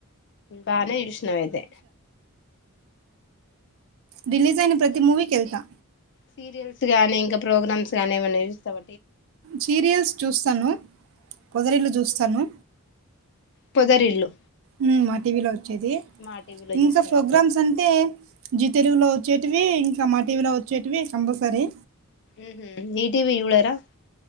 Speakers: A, on the left (about 55°); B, on the right (about 65°).
A: బానే జూష్ణవయితే
B: రిలీజ్ అయిన ప్రతీ మూవీకెళ్తా
A: సీరియల్స్ గానీ ఇంక ప్రోగ్రామ్స్ గానీ ఏమైనా జూస్తవ
B: సీరియల్స్ చూస్తాను పొదరిల్లు చూస్తాను
A: పొదరిల్లు
B: మ్ మ టీవీలో వచ్చేది
A: మా టీవీలో చూస్తారా
B: ఇంక ఫోగ్రామ్స్ అంటే జి తెలుగులో ఒచ్చేవి ఇంకా మా టీవీలో ఒచ్చేటివి కంపల్సరీ
A: మ్హ్ ఈటీవి యూడరా